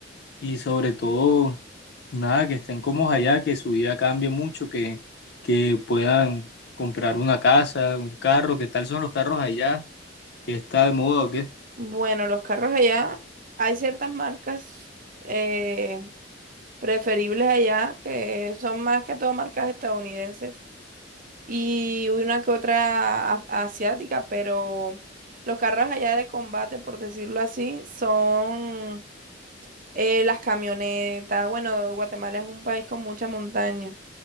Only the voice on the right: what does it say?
Bueno, los carros allá, hay ciertas marcas eh, preferibles allá que son más que todo marcas estadounidenses y una que otra af- asiática, pero los carros allá de combate, por decirlo así, son eh, las camionetas. Bueno, Guatemala es un país con mucha montaña,